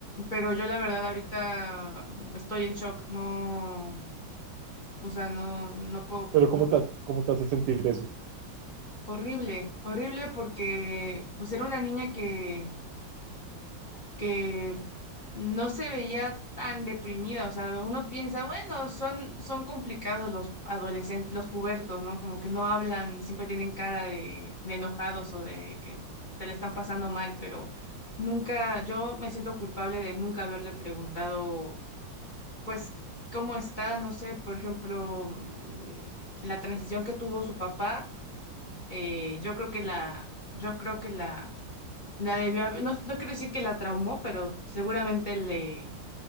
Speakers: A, on the left (about 35°); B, on the right (about 70°).
A: pero yo la verdad ahorita estoy en shock, no, o sea, no, no puedo,
B: Pero ¿cómo
A: no puedo,
B: te, has- cómo te hace sentir eso?
A: horrible, horrible porque pues era una niña que que no se veía tan deprimida. O sea, uno piensa, bueno, son, son complicados los adolescentes, los pubertos, ¿no? Como que no hablan y siempre tienen cara de, de enojados o de que se le están pasando mal, pero nunca, yo me siento culpable de nunca haberle preguntado, pues, ¿cómo está? No sé, por ejemplo, mm, la transición que tuvo su papá, eh, yo creo que la, yo creo que la la debió haber- no, no quiero decir que la traumó, pero seguramente le,